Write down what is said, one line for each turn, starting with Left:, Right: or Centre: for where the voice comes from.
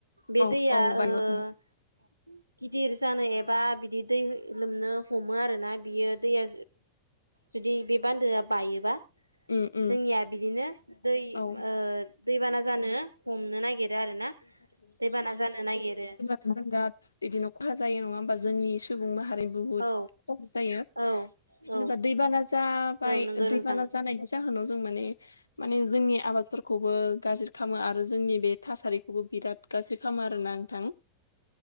Right: बे
Left: औ
Right: दैया
Left: औ बायो
Right: ओ
Left: उम
Right: <inaudible> गिदिर जानो एबा बिदि दै लोमनो हमो आरोना बियो दैया जुदि बे बान्दोआ बायोबा
Left: उम उम
Right: जोंनिया बिदिनो दै ओ
Left: औ
Right: दैबाना जानो हमनो नागिरो आरो ना दैबाना जानो नागिरो
Left: दा बिदिनो खहा जायो नङा होमबा जोंनि सुबुं माहारि बुहुत
Right: औ
Left: खहा जायो
Right: औ औ
Left: जेबा दैबाना जाबाय
Right: औ नंगौ नोंथां
Left: दैबाना जानाय जाहोनाव जों माने माने जोंनि आबादफोरखौबो गाज्रि खालामो आरो जोंनि बे थासारिखौबो बिराद गाज्रि खालामो आरोना नोंथां।